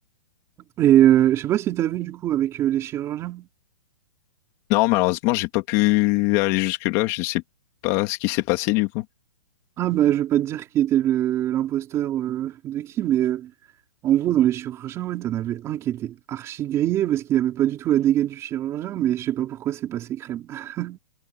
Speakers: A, on the right (about 15°); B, on the left (about 25°).
A: Et euh, je sais pas si t'as vu du coup avec euh, les chirurgiens.
B: Non, malheureusement, j'ai pas pu aller jusque-là. Je sais pas ce qui s'est passé du coup.
A: Ah bah je vais pas te dire qui était le l'imposteur euh, de qui, mais euh, en gros dans les chirurgiens, ouais, t'en avais un qui était archi grillé parce qu'il avait pas du tout la dégâts du chirurgien, mais je sais pas pourquoi c'est passé crème. <laughs>